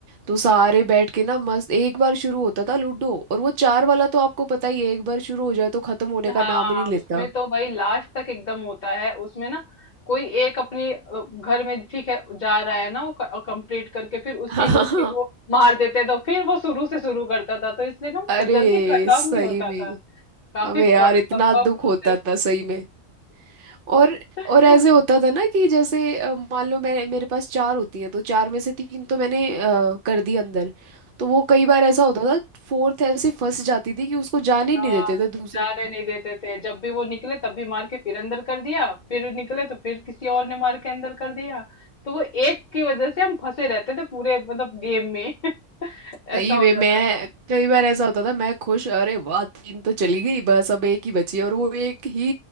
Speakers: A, on the right (about 50°); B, on the left (about 45°).
A: तो सारे बैठ के ना मस्त एक बार शुरू होता था लूडो और वो चार वाला तो आपको पता ही है एक बार शुरू हो जाए तो खत्म होने का
B: हाँ
A: नाम ही नहीं लेता
B: उसमें तो भाई लास्ट तक एकदम होता है उसमें ना कोई एक अपनी अ, घर में ठीक है जा रहा है ना वो कंप्लीट करके फिर
A: <laughs>
B: उसकी
A: हाँ
B: गोटी को मार देते तो फिर वो शुरू से शुरू करता था तो इसलिए ना वो
A: अरे
B: क- जल्दी खत्म
A: सही
B: नहीं होता
A: में
B: था काफी
A: अबे यार
B: ब-
A: इतना
B: लंबा
A: दुख
B: प्रोसेस
A: होता था सही में और
B: <laughs>
A: और ऐसे होता था ना कि जैसे अ, मान लो मैं मेरे पास चार होती हैं तो चार में से तीन तो मैंने अ, कर दी अंदर तो वो कई बार ऐसा होता था फोर्थ ऐसे फंस जाती थी कि उसको जाने ही
B: हाँ
A: नहीं देते थे दूसरे
B: जाने
A: लोग
B: नहीं देते थे जब भी वो निकले तब भी मार के फिर अंदर कर दिया फिर निकले तो फिर किसी और ने मार के अंदर कर दिया तो वो एक की वजह से हम फंसे रहते थे पूरे मतलब गेम में ऐसा
A: सही
B: हो
A: में
B: जाता
A: मैं
B: था
A: कई बार ऐसा होता था मैं खुश अरे वाह तीन तो चली गई बस अब एक ही बची है और वो एक ही